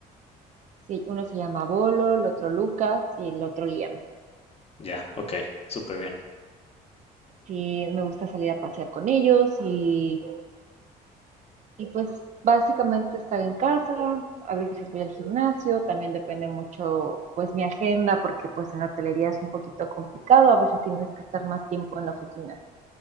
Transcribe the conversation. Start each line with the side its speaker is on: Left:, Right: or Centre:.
Right: Sí, uno se llama Bolo, el otro Lucas y el otro Liam.
Left: Ya, ok, súper bien.
Right: Sí, me gusta salir a pasear con ellos y Y pues básicamente estar en casa, a veces voy al gimnasio, también depende mucho pues mi agenda, porque pues en la hotelería es un poquito complicado, a veces tienes que estar más tiempo en la oficina.